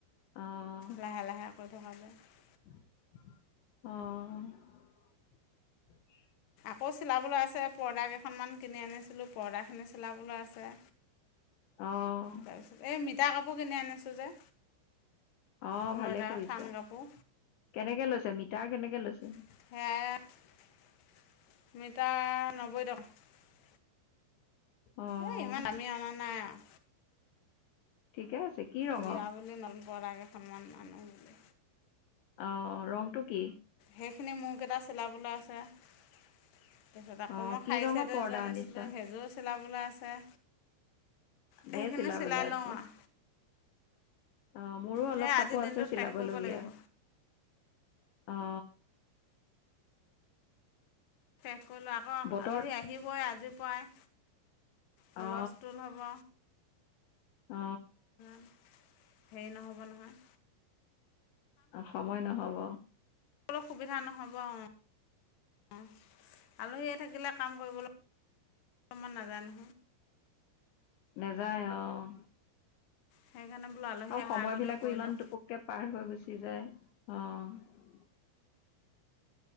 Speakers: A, on the left; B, on the left.
A: অ'।
B: লাহে <inaudible>
A: অ',
B: মুউ চিলাবলৈ আছে, পৰ্দা কেইখনমান কিনি আনিছিলোঁ, পৰ্দাখিনি চিলাবলৈ আছে।
A: অঁ
B: তাৰপিছত, এ <unintelligible> কাপোৰ কিনি আনিছো যে।
A: অক,
B: পৰ্দা
A: ভালে কৰিছা,
B: থান কাপোৰ
A: কেনেকে লৈছা, মিটাৰ কেনেকে লৈছা?
B: সেয়াই <unintelligible>
A: অঁ
B: এ ইমান দামি অনা নাই আৰু।
A: ঠিকে আছে। কি ৰঙৰ
B: বিয়া বুলি নলপ কেইখনমান মানুহ বুলি
A: অ ৰংটো কি?
B: সেইখিনি মোৰকেইটা চিলাবলৈ আছে। তাৰপিছত আকৌ
A: অঁ
B: মই
A: কি
B: শাৰি‌ছেট
A: ৰঙৰ পৰ্দা
B: এযোৰ আনিছিলোঁ
A: আনিছা
B: সেইযোৰও চিলাবলৈ আছে। সেইখিনি
A: ধেৰ চিলাবলে
B: চিলাই
A: আছে
B: লওঁ আৰু
A: অ মোৰো অলপ
B: সেই
A: কাপোৰ
B: আজিৰ
A: আছে
B: দিনটোত
A: চিলাবলগীয়া
B: শেষ কৰিব লাগিব
A: অ।
B: শেষ কৰিলোঁ আকৌ
A: বতৰত
B: আলহী আহিবই আজিৰ পৰাই হুলস্থুল
A: অ
B: হব।
A: অ
B: <inaudible> হেৰি নহ'ব নহয়।
A: অ', সময় নহব।
B: অকনো সুবিধা নহ'ব অ', অ', আলহী থাকিলে। কাম কৰিবলৈ অলমান নাজানো।
A: নাযায় অহ।
B: সেইকাৰণে বোলো আলহী
A: আৰু সময়
B: অহাৰ আগতে
A: বিলাকো
B: কৰি
A: ইমান
B: লওঁ
A: টোপককে পাৰ হৈ গুচি যায় অ',